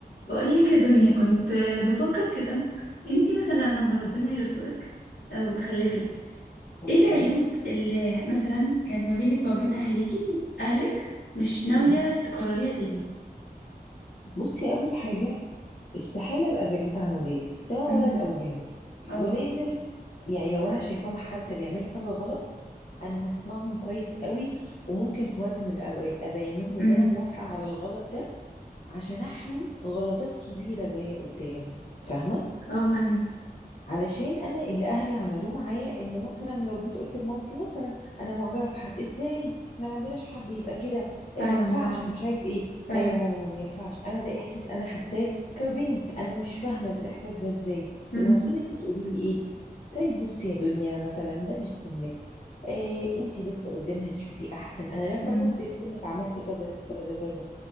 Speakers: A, on the left; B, on the left.
A: بقول لك يا دنيا كنت بفكر كده انتي مثلا لما ربنا يرزقك او تخلفي
B: اوكي
A: ايه العيوب اللي مثلا كانت ما بينك وما بين اهليكي اهلك مش ناوية
B: مم.
A: تكرريها تاني
B: بصي اول حاجه استحاله ابقى بعيد عن ولادي سواء
A: امم
B: ولد او بنت
A: اه
B: ولازم يعني لو انا شايفاهم حتى بيعملوا حاجه غلط انا هسمعهم كويس قوي وممكن في وقت من الاوقات ابين لهم ان
A: امم
B: انا موافقه على الغلط ده عشان احمي غلطات كبيره جايه قدام فاهمه
A: اه فاهمك
B: علشان انا اللي اهلي عملوه معايا ان مثلا لو جيت قلت لمامتي مثلا انا معجبه بحد ازاي احنا ما عندناش حد يبقى كده آه،
A: فعلا
B: ما ينفعش
A: فعلا
B: ومش عارف ايه
A: فعلا
B: ايوه يا ماما ما ينفعش انا ده احساس انا حاساه كبنت انا مش فاهمه الاحساس ده ازاي
A: امم
B: المفروض انت تقولي لي ايه طيب بصي يا دنيا مثلا ده مش سنك إيه انت لسه قدامها تشوفي احسن انا لما
A: امم
B: كنت في سنك عملت كذا كذا كذا